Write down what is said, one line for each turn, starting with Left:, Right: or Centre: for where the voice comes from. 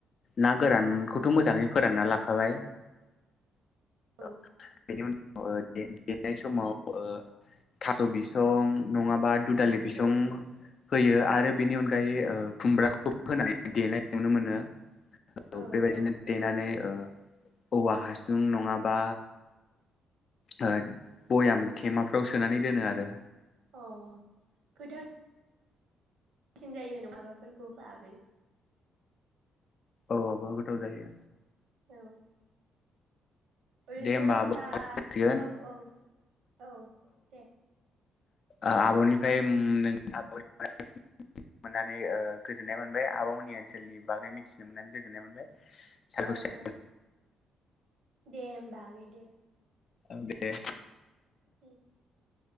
Left: ना
Right: ओरैनो
Left: गोरानखौथ'
Right: औ
Left: मोजाङै फोरानना लाखाबाय
Right: औ
Left: ओ सिनि अनगा ओ दे देनाय समाव ओ थास' बिसं नङाबा दुदालि बिसं
Right: औ
Left: होयो आरो बेनि अनगायै ओ खुमब्राखौ होनानै देनाय नुनो मोनो <unintelligible>
Right: औ
Left: बेबायदिनो
Right: औ
Left: देनानै ओ औवा हासुं नङाबा ओ बयाम थेमाफ्राव सोनानै दोनो आरो।
Right: अ खैथा सिन जायो न माबाफोरखौ होबा आगै?
Left: औ आब''गोथाव जायो।
Right: औ। ओरैनो
Left: दे होमबा
Right: होनबा
Left: आब' जासिगोन
Right: औ औ औ दे।
Left: ओ आब'निफ्राय ओम नों आब'निफ्राय मोननानै गोजोननाय मोनबाय आब'मोननि ओनसोलनि बागै मिथिनो मोननानै गोजोननाय मोनबाय। साबायखर
Right: औ औ। दे होमबा आगै दे।
Left: औ दे।
Right: <unintelligible>